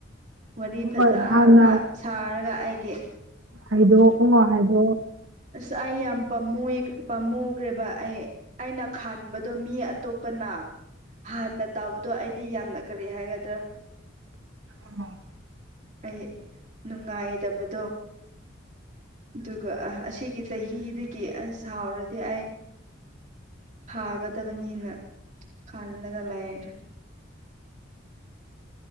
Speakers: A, on the right; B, on the right.
A: ꯋꯥꯔꯤ
B: ꯍꯣꯏ
A: ꯐꯖꯅ
B: ꯍꯥꯟꯅ
A: ꯁꯥꯔꯒ ꯑꯩꯒꯤ
B: ꯍꯥꯏꯗꯣ ꯑꯣ ꯍꯥꯏꯗꯣ
A: ꯑꯁ ꯑꯩ ꯌꯥꯝ ꯄꯥꯝꯃꯨ ꯄꯥꯝꯃꯨꯈ꯭ꯔꯦꯕ ꯑꯩ ꯈꯟꯕꯗꯣ ꯃꯤ ꯑꯇꯣꯞꯄꯅ ꯍꯥꯟꯅ ꯇꯥꯎꯕꯗꯣ ꯑꯩꯗꯤ ꯌꯥꯝꯅ ꯀꯔꯤ ꯍꯥꯏꯒꯗ꯭ꯔꯥ
B: ꯑꯣ
A: ꯑꯩ ꯅꯨꯡꯉꯥꯏꯇꯕꯗꯣ ꯑꯗꯨꯒ ꯑꯁꯤꯒꯤ ꯆꯍꯤꯗꯒꯤ ꯑ ꯁꯥꯎꯔꯗꯤ ꯑꯩ ꯊꯥꯒꯗꯕꯅꯤꯅ ꯈꯜꯂꯒ ꯂꯩꯔꯦ